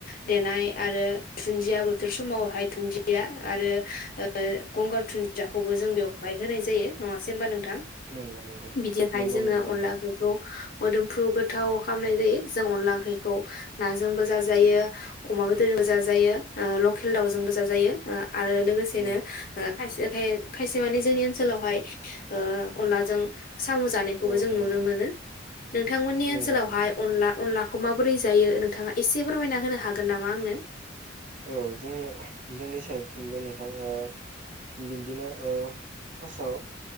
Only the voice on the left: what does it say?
देनाय आरो दुन्दिया बोथोर समावहाय दुन्दिया आरो ओ गंगार दुनदियाखौबो जों बेयाव बाय होनाय जायो नङासै होनबा नों थां
बिदिहाय
जोङो
अनला
ओंख्रैखौ मोदोमफ्रु गोथाव खालामनाय जायो जों अनला ओंख्रिखौ नाजोंबो जाज जायो अमा बेदरजोंबो जाजायो ओ लकेल दाउजोंबो जाजायो ओ आरो लोगोसेनो
ओ खायसेखाय खायसे मानि जोंनि ओनसोलावहाय ओ अनलाजों साम' जानायखौबो
जों नुनो
मोनो नोंथांमोननि
ओनसोलावहाय
अनला अनलाखौ माबोरै जायो नोंथाङा एसे एसे फोरमायना होनो हागोन नामा आंनो?